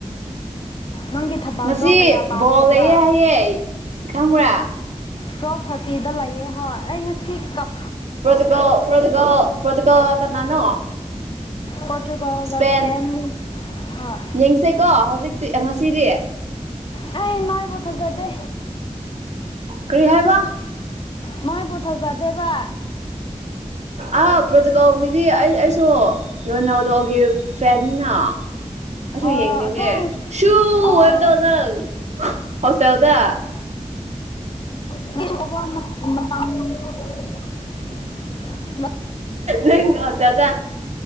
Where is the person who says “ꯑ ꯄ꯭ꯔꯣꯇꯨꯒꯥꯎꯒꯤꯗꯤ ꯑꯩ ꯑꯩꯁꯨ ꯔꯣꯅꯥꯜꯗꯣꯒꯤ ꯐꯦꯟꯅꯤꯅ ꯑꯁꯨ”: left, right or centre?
Right